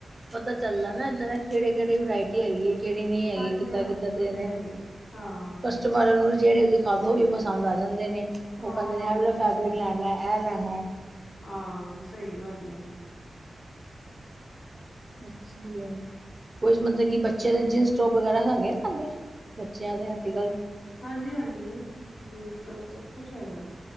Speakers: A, on the right; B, on the left.
A: ਪਤਾ ਚੱਲਦਾ ਨਾ, ਏਧਰ ਕਿਹੜੇ- ਕਿਹੜੀ ਵਰਾਇਟੀ ਹੈਗੀ ਹੈ ਏ ਕਿਹੜੀ, ਨਹੀਂ ਹੈਗੀ,
B: ਹਾਂਜੀ
A: ਕਿੱਦਾਂ
B: ਹਾਂਜੀ
A: ਕਿੱਦਾਂ
B: ਉਹ
A: ਤੇ ਨੇ
B: ਹੈ ਹੀ ਹੈ ਹਾਂ
A: ਕਸਮ ਪਰ ਉਹ, ਜਿਹੜੇ ਦਿਖਾ ਦੋ, ਉਹੀ ਪਸੰਦ ਆ ਜਾਂਦੇ ਨੇ ਉਹ
B: ਹਾਂ
A: ਕਹਿੰਦੇ ਨੇ, ਏਹ
B: ਬਿਲਕੁਲ
A: ਵਾਲਾ ਫੈਬਰਿਕ
B: ਸਹੀ
A: ਲੈਣਾ ਐ ਲੈਣਾ
B: ਹਾਂ, ਸਹੀ ਗੱਲ ਐ।
A: ਅੱਛਾ ਲਿਆ ਕੁਝ ਮਤਲਬ ਕਿ, ਬੱਚੇ ਦੇ ਜੀਨਸ ਟੋਪ ਵਗੈਰਾ ਹੈਗੇ, ਸਾਡੇ ਬੱਚਿਆਂ ਦੇ ਆਟੀਕਲ-?
B: ਹਾਂਜੀ- ਹਾਂਜੀ ਜੀਨਸ- ਟੋਪ ਸਭ ਕੁਛ ਹੈਗਾ।